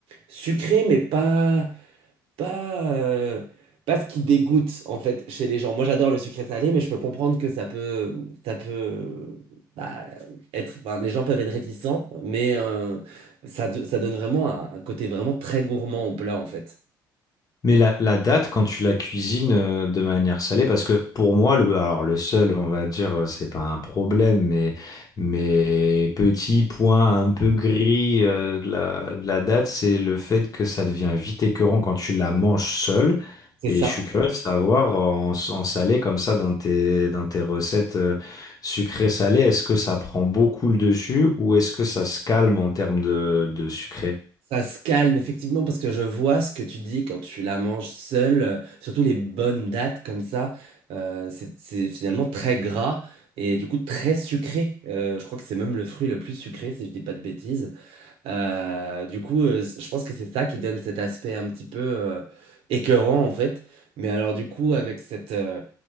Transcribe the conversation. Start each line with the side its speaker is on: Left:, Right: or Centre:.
Right: sucrée, mais pas pas, euh, pas ce qui dégoûte en fait chez les gens. Moi j'adore le sucré salé, mais je peux comprendre que ça peut, ça peut euh, bah, être. enfin, les gens peuvent être réticents, mais euh, ça, do- ça donne vraiment un, un côté vraiment très gourmand au plat en fait.
Left: Mais la, la date, quand tu la cuisines euh, de manière salée, parce que pour moi, le, alors le seul, on va dire, euh, c'est pas un problème, mais, mais petit point un peu gris euh, de la, de la date, c'est le fait que ça devient vite écœurant quand tu la manges seule.
Right: C'est
Left: Et
Right: ça.
Left: je suis curieux de savoir, en, en salé comme ça, dans tes, dans tes recettes euh, sucrées-salées, est-ce que ça prend beaucoup le dessus ou est-ce que ça se calme en termes de, de sucré?
Right: Ça se calme effectivement parce que je vois ce que tu dis quand tu la manges seule, euh, surtout les bonnes dates comme ça. euh, c'est c'est finalement très gras et du coup très sucré. Euh, je crois que c'est même le fruit le plus sucré si je dis pas de bêtises. Euh, du coup, euh, c- je pense que c'est ça qui donne cet aspect un petit peu euh, écœurant en fait. Mais alors du coup, avec cette, euh,